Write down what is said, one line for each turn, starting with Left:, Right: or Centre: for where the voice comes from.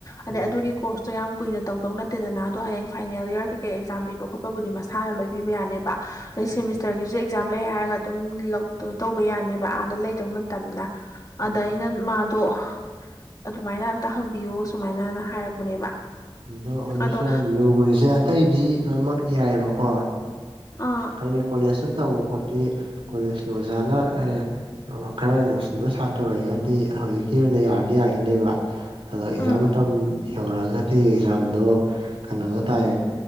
Left: ꯑꯗꯩ
Right: ꯎꯝ
Left: ꯑꯗꯨꯒꯤ ꯀꯣꯔꯁꯇꯣ ꯌꯥꯝ ꯀꯨꯏꯅ ꯇꯧꯗꯧ ꯅꯠꯇꯦꯗꯅ ꯑꯗꯣ ꯍꯌꯦꯡ ꯐꯥꯏꯅꯦꯜ ꯌꯌꯥꯔ ꯀꯩꯀꯩ ꯑꯦꯛꯖꯥꯝ ꯄꯤꯕ ꯈꯣꯠꯄꯕꯨꯗꯤ ꯃꯁꯥꯅ ꯂꯣꯏꯕꯤꯕ ꯌꯥꯅꯦꯕ ꯑꯗꯩ
Right: ꯎꯝ
Left: ꯁꯦꯃꯤꯁꯇꯔꯒꯤꯁꯨ ꯑꯦꯛꯖꯥꯝ ꯂꯩ ꯍꯥꯏꯔꯒ ꯑꯗꯨꯝ ꯇꯧꯕ ꯌꯥꯅꯦꯕ ꯑꯥꯗ ꯂꯩꯗꯧ ꯅꯠꯇꯝꯅ
Right: ꯎꯝ
Left: ꯑꯗꯥꯏ ꯅ ꯃꯥ ꯑꯗꯣ ꯑꯗꯨꯃꯥꯏꯅ ꯑꯝꯇ ꯍꯪꯕꯤꯌꯣ ꯁꯨꯃꯥꯏꯅꯅ ꯍꯥꯏꯔꯛꯄꯅꯦꯕ
Right: ꯑꯗꯣ ꯍꯧꯖꯤꯛꯁꯦ
Left: ꯑꯗꯣ
Right: ꯌꯥꯝ ꯂꯨꯔꯤꯁꯦ ꯑꯇꯩꯗꯤ ꯂꯣꯏꯅꯃꯛ ꯌꯥꯏꯑꯕꯀꯣ
Left: ꯑꯥ
Right: ꯍꯥꯏꯅꯦ ꯀꯣꯂꯁ ꯐꯖꯅ ꯇꯧꯕ ꯄꯣꯠꯇꯤ ꯀꯣꯂꯦꯖꯀꯤ ꯑꯣꯖꯥꯅ ꯑꯦ ꯈꯔ ꯅꯨꯡꯁꯤꯕ ꯁꯥꯇ꯭ꯔ ꯑꯣꯏꯔꯒꯗꯤ ꯍꯧꯖꯤꯛꯀꯤ ꯑꯣꯏꯅ ꯌꯥꯔꯗꯤ ꯌꯥꯈꯤꯅꯦꯕ ꯑꯣ ꯑꯦꯛꯖꯥꯝ
Left: ꯎꯝ
Right: ꯃꯇꯝ ꯌꯧꯔꯛꯑꯒ ꯑꯗꯨꯒꯤ ꯑꯦꯛꯖꯥꯝꯗꯣ ꯀꯩꯅꯣꯅ ꯇꯥꯏ